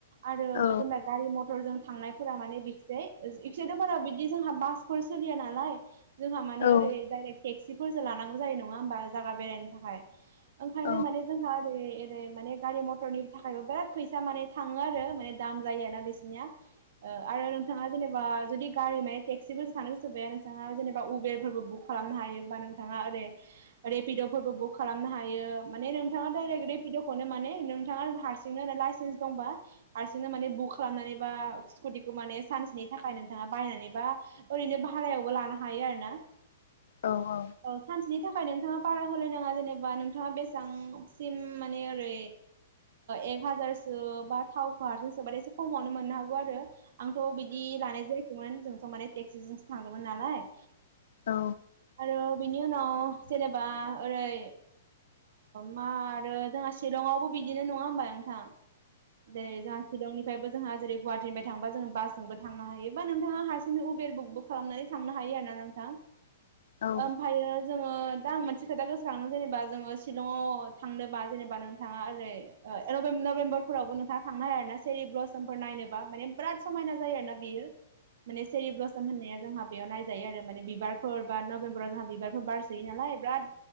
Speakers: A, on the right; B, on the left.
A: आरो
B: औ
A: जेनेबा गारि मटरजोंव। थांनायफोरा माने बिखिजाय इखिजाय बारा बिदि जोंहा बासफोर सोलिया नालाय जोंहा
B: औ
A: माने ओरै डाइरेक्ट टेक्सिफोरसो लानांगौ जायो नङा होमबा जायगा बेरायनो थाखाय ओंखायनो
B: औ
A: माने जोंहा ओरै माने गारि मथरनि थाखायबो बिराद फैसा माने थाङो आरो माने दाम जायो ना बिसिनिया आरो नोंथाङा जेनेबा जुदि गारि माने टेक्सिबोसो थानो गोसोबाया नोंथाङा जेनेबा उबेरफोरबो बुक खालामनो हायो बा नों थाङा ओरै रेपिड' फोरबो बुक खालामनो हायो माने नोंथाङा डाइरेक्ट रेपिद'खौनो माने नोंथाङा हारसिंनो लाइसेन्स दंबा हारसिंनो माने बुक खालामनानैबा स्कुटिखौ सानसे नि थाखाय नोंथाङा बायनानैबा ओरैनो भारायावबो लानो हायो आरोना
B: औ औ
A: औ सानसेनि थाखाय नोंथाङा बारा होलायनाङा जेनेबा नोंथाङा बेसेबांसिम माने ओरै एक हाजारसो बा थावखौ हारसिंसोबा एसे खमावनो मोननो हागौ आरो आंथ' बिदि लानाय जायाखैमोन जोंथ' माने टेक्सिजोंसो थांदोंमोन नालाय
B: औ
A: आरो बिनि उनाव जेनेबा ओरै मा आरो जोंहा शिलंआवबो बिदिनो नङा होमबा नोंथां जेरै जोंहा शिलंनिफ्रायबो जोंहा जेरै गुवाहा टिनिफ्राय थांबा जोङो बासजोंबो थांनो हायो बा नोंथाङा हारसिंनो उबेर बुकबो खालामनानै थांनो हायो आरो ना नोंथां
B: औ
A: ओमफ्रायो जोङो दा आं मोनसे खोथा गोसोखांदों जेनेबा जोङो शिलंङाव थांनोबा जेनेबा नोंथाङा ओरै एलबेम नभेम्बरफोरावबो नोंथाङा थांनो हायाना आरोना सेरि ब्लसमफोर नायनोबा माने बिराद समायना जायो आरोना बियो माने सेरि ब्लसम होननाया जोंहा बेयाव नाय जायो आरो माने बिबारफोर बा नबेम्बराव जोंहा बिबारफोर बारसोयो नालाय बिराद